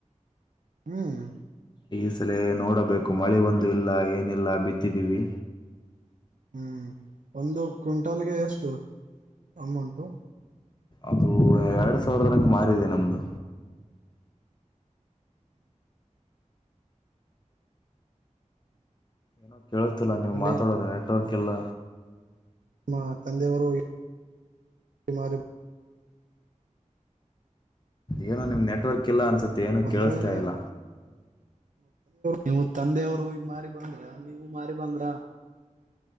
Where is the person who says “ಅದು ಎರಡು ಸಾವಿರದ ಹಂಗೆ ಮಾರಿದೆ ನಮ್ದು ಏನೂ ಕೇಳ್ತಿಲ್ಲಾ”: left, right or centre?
Left